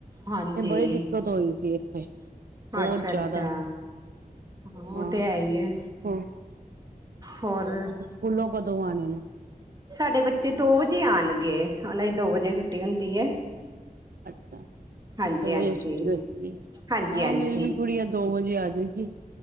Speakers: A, on the right (about 25°); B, on the right (about 80°).
A: ਹਾਂਜੀ
B: ਤੇ ਬੜੀ ਦਿੱਕ ਕਤ ਹੋਈ ਸੀ ਇੱਥੇ ਬਹੁਤ
A: ਅੱਛਾ
B: ਜ਼ਿਆਦਾ
A: ਅੱਛਾ ਹਾਂ ਉਹ
B: ਹਾਂ
A: ਤੇ ਹੈ ਹੀ ਹੈ
B: ਹੋ
A: ਹੋਰ
B: ਕੂਲੋਂ ਕਦੋਂ ਆਣੇ ਨੇ
A: ਸਾਡੇ ਬੱਚੇ ਦੋ ਵਜੇ ਆਣਗੇ ਉਹਨਾਂ ਦੀ ਦੋ ਵਜੇ ਛੁੱਟੀ ਹੁੰਦੀ ਹੈ
B: ਅੱਛਾ
A: ਹਾਂਜੀ
B: ਦੋ
A: ਹਾਂਜੀ
B: ਵਜੇ ਛੁੱਟੀ ਹੋ ਜੂ ਗੀ
A: ਹਾਂਜੀ
B: ਹਾਂ
A: ਹਾਂਜੀ
B: ਮੇਰੀ ਵੀ ਗੁੜੀਆ ਦੋ ਵਜੇ ਆ ਜੇਗੀ